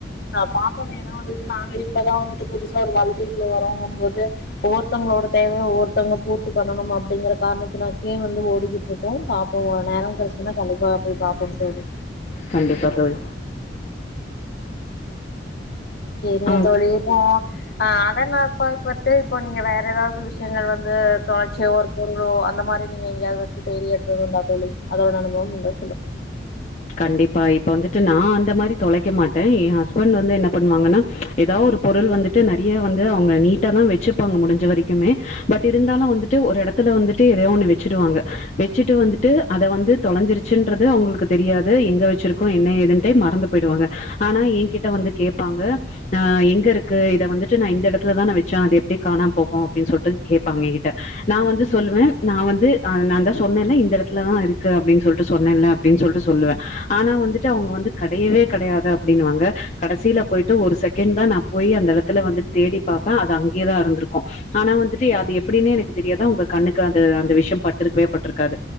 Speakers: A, on the left (about 60°); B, on the left (about 40°).
A: ஆ பாப்போ ஏனோ வந்துட்டு நாங்க இப்பதா வந்துட்டு புதுசா வாழ்கைக்குள்ள வரோங்கும் போது ஒவ்வொருத்தங்களோட தேவையு ஒவ்வொருத்த பூர்த்தி பண்ணணு அப்டிங்ற காரணாதாகே வந்து ஓடிக்கிட்ருக் போ பாப்போ நேரோ கெடச்சுன்னா கண்டிப்பா போய் பாப்போ தோழி
B: கண்டிப்பா தோழி
A: இருங்க
B: ஆஹ்
A: தோழி இப்போ ஆ அதனாப்பப்பட்டு இப்போ நீங்க வேற ஏதாது இந்த விஷயங்கள் வந்து தொடர்ச்சியா ஒரு பொருளோ அந்த மாரி நீங்க எங்காயது வச்சு தேடி எடுத்தது உண்ட அதோட அனுபவம் உண்டு
B: கண்டிப்பா இப்ப வந்துட்டு நா அந்த மாரி தொலைக்க மாட் ட்டே எ ஹஸ்பண்ட் வந்து என்ன பண்ணுவாங்கன்னா ஏதா ஒரு பொருள் வந்துட்டு நெறைய வந்து அவங்க நீட்டா தா வச்சுப்பாங்க முடிஞ்ச வரைக்குமே பட் இருந்தாலும் வந்துட்டு ஒரு எடத்துல வந்துட்டு எதயோ ஒன்னு வச்சுருவாங்க வச்சுட்டு வந்துட்டு அத வந்து தொலைஞ்சிருச் வச்சின்றது அவங்களுக்கு தெரியாது எங்க வச்சிருக்கோ என்ன ஏதுன்ட்டே மறந்து போயிடுவாங்க ஆனா எகிட்ட வந்து கேப்பாங்க அ எங்க இருக்கு இத வந்துட்டு நா இந்த எடத்துல தா நா வச்சே அத எப்டி காணாம போக அப்டின்னு சொல்லிட்டு கோங்க என்கிட்ட நா வந்து சொல்லுவே நா வந்து சொன்னேல்ல இந்த எடத்துலதா இருக்கு அப்டின்னு சொல்லிட்டு சொன்னேன்ல அப்டின்னு சொல்லுவே ஆனா வந்துட்டு அவுங்க வந்து கெடையவே கெடையாது அப்டின்னுவாங்க கடைசில போய்ட்டு ஒரு செகண்டு தா நா போய் அந்த எடத்துல வந்து தேடி பாப்பே அது அங்கேயே இருந்திருக்கு ஆனா வந்துட்டு அது எப்பிடினே எனக்கு தெரியாது அவுங்க கண்ணுக்கு அத அந்த விஷய பட்ருக்கவே பட்ருக்காது